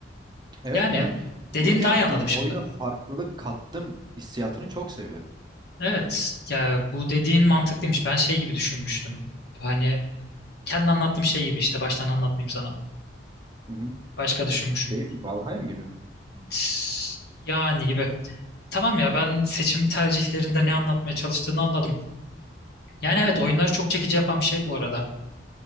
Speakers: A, on the right; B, on the left.
A: Evet
B: Yani
A: ben
B: dediğini
A: bunu yaptım
B: daha iyi anladım
A: ve oyuna
B: şimdi.
A: farklılık kattım hissiyatını çok seviyorum.
B: Evet, ya bu dediğin mantıklıymış. Ben şey gibi düşünmüştüm. Hani kendi anlattığım şey gibi işte baştan anlatmayayım sana.
A: Hı hı.
B: Başka düşünmüşüm.
A: Şey mi? Valheim gibi mi?
B: Tıs, Yani gibi. Tamam ya ben seçim tercihlerinde ne anlatmaya çalıştığını anladım. Yani
A: Tamam.
B: evet oyunları çok çekici yapan bir şey bu arada.